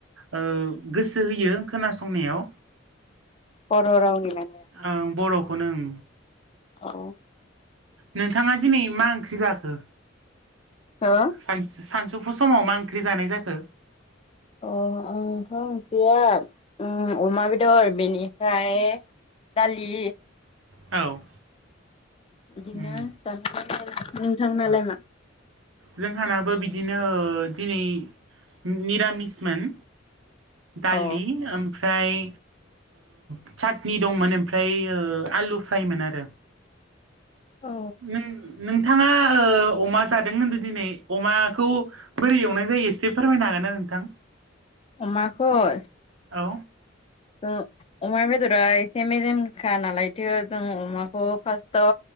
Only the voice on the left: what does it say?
हर हराव नेना
औ हो
अ
अ आंथ' ओंख्रिया अमा बेदर बेनिफ्राय दालि
बिदिनो
दान नोंथां नालाय
मा
अ
औ
अमाखो <unintelligible>
ओ अमा बेदरा एसे मेजेमखा नालायथो जों अमाखौ फासताव